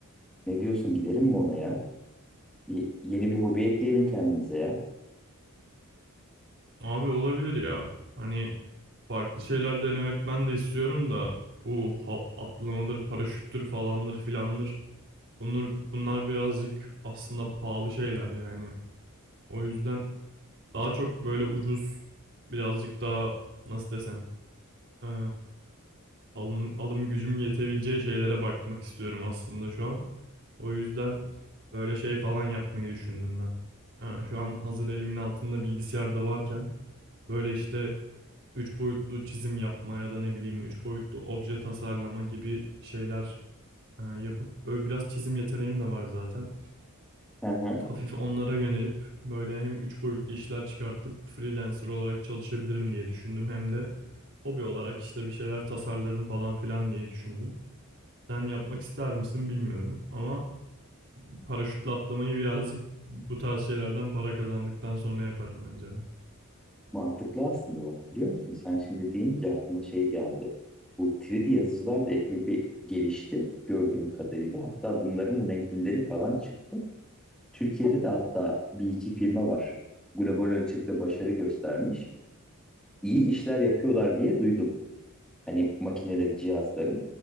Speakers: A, in the centre; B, on the right.
A: Ne diyorsun gidelim mi ona ya? Bir, yeni bir hobi ekleyelim kendimize ya.
B: Abi olabilir ya. Hani farklı şeyler denemek ben de istiyorum da bu ha- atlamadır, paraşüttür falandır filandır. Bunlar, bunlar birazcık aslında pahalı şeyler yani. O yüzden daha çok böyle ucuz, birazcık daha nasıl desem eee, alım, alım gücüm yetebileceği şeylere bakmak istiyorum aslında şu an. O yüzden böyle şey falan yapmayı düşündüm ben. Ee, şu an hazır elimin altında bilgisayarda varken böyle işte Üç boyutlu çizim yapma ya da ne bileyim 3 boyutlu obje tasarlama gibi şeyler e, yapıp böyle biraz çizim yeteneğim de var zaten.
A: Hı hı.
B: Hafif onlara yönelip böyle hem 3 boyutlu işler çıkartıp freelancer olarak çalışabilirim diye düşündüm. Hem de hobi olarak işte bir şeyler tasarlarım falan filan diye düşündüm. Sen yapmak ister misin bilmiyorum ama paraşütle atlamayı birazcık bu tarz şeylerden para kazandıktan sonra yaparım bence ben.
A: Mantıklı aslında bak biliyor musun? Sen şimdi deyince aklıma şey geldi. Bu 3D yazıcılar da epey bir gelişti gördüğüm kadarıyla. Hatta bunların renklileri falan çıktı. Türkiye'de de hatta bir iki firma var. Global ölçekte başarı göstermiş. İyi işler yapıyorlar diye duydum. Hani makineleri, cihazları.